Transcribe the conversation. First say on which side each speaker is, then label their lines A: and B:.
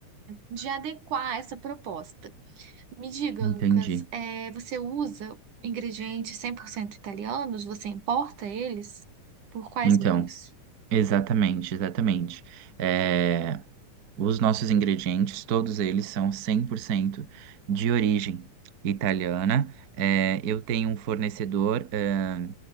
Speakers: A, on the right; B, on the right.
A: de adequar essa proposta. Me diga,
B: entendi.
A: Lucas, é, você usa ingredientes 100% italianos? Você importa eles? Por quais
B: Então,
A: meios?
B: exatamente, exatamente. É, Os nossos ingredientes, todos eles são 100% de origem italiana. É, eu tenho um fornecedor, é,